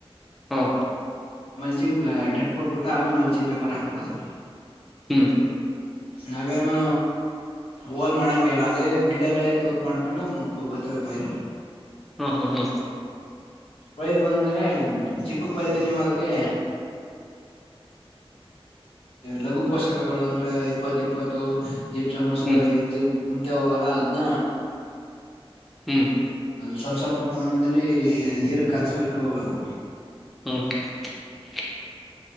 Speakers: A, in the centre; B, on the left (about 75°).
A: ಹಾಂ.
B: ಮಲ್ಚಿಂಗ್ ಡ್ರಿಪ್ ಉಟ್ಬಿಟ್ಟು ಆಮೇ ಮಲ್ಚಿಂಗ್ ಪೇಪರ್ ಹಾಕ್ಬಿಡುದು.
A: ಹ್ಮ್.
B: ನಾವೇನು ಹೋಲ್ ಮಾಡಂಗೆ ಇಲ್ಲ ಅದೇ ಗಿಡಗಳೇ ತೂತ್ ಮಾಡ್ಕೊಂಡು ಬತ್ತವೇ ಪೈರು.
A: ಹ್ಮ್ ಹ್ಮ್ ಹ್ಮ್.
B: ಪೈರ್ ಬಂದ್ಮೇಲೆ ಚಿಕ್ಕ ಪೈರ್ಲಿ ನೀವು ಅದ್ಕೆ. ಲಘು ಪೋಷಕಗಳು ಅಂದ್ರೆ ಇಪ್ಪತ್ ಇಪ್ಪತ್ತು ಜಿಪ್ ಸಮೋಸ
A: ಹ್ಮ್
B: ಐತ ಇಂತವಲ್ಲ ಅದ್ನ
A: ಹ್ಮ್
B: ಸ್ವಲ್ ಸ್ವಲ್ಪ ಪ್ರಮಾಣದಲ್ಲಿ ನೀರು ಕಲ್ಸ ಉಯ್ಕ್ ಹೋಗಬೇಕು
A: <unintelligible>